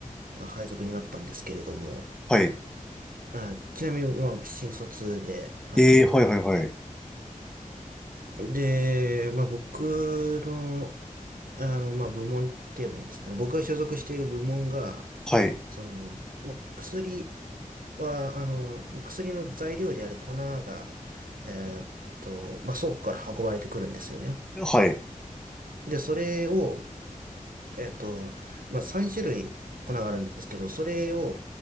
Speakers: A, on the right; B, in the centre.
A: あ、配属になったんですけれども、
B: はい。
A: あ、ちなみに、まあ、新卒で、はい。
B: ええはいはいはい。
A: で、まあ、僕の、あの、まあ、部門って言えばいいんですかね。僕が所属している部門が、
B: はい、
A: その、まあ、薬は、あの、薬の材料である粉が、えーっと、まあ、倉庫から運ばれてくるんですよね。
B: はい、
A: で、それを、えーっと、まあ、3種類粉があるんですけど、それを、